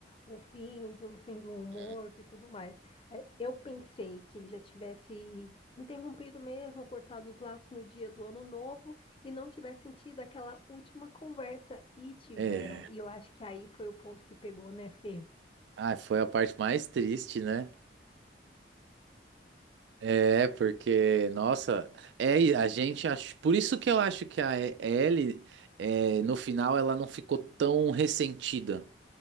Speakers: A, on the left; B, on the right.
A: o fim, o Joe sendo um morto
B: hum,
A: e tudo mais. É, Eu pensei que ele já tivesse interrompido mesmo, cortado os laços no dia do ano novo e não tivesse sentido aquela última conversa. E tiveram.
B: é.
A: E eu acho que aí foi o ponto que pegou, né, Fê?
B: Ah, foi a parte mais triste, né? É, porque, nossa, é, e a gente acho, por isso que eu acho que a E- Ellie, é, no final, ela não ficou tão ressentida.